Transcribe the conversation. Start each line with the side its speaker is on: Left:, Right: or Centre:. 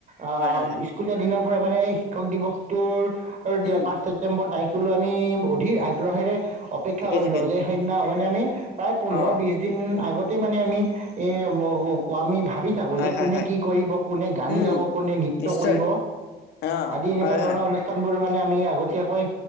Right: অ
Left: হয় হয় হয়
Right: স্কুলীয়া দিনত। মানে এই শিক্ষক দিৱসটোৰ আৰু দিয়া
Left: উম
Right: পাঁচ ছেপ্তেম্বৰ তাৰিখ টোলৈ আমি অধিক আগ্ৰহেৰে অপেক্ষা
Left: ঠিকেই
Right: কৰিলোঁ
Left: ঠিকেই
Right: সেইদনা মানে আমি প্ৰায় পোন্ধৰ,
Left: অ অ
Right: বিছ দিন আগত তে মানে আমি এ ও ও ক' আমি ভাত বি থাকো
Left: হয়
Right: যে
Left: হয়
Right: কোনে
Left: হয়
Right: কি কৰিব, কোনে গান
Left: উম
Right: গাব, কোনে নৃত্য
Left: নিশ্চয়
Right: কৰিব
Left: অ
Right: আদি এনেকুৱা
Left: হয়
Right: ধৰণৰ
Left: হয়
Right: অনুষ্ঠান। ত মানে আমি আগতীয়াকৈ।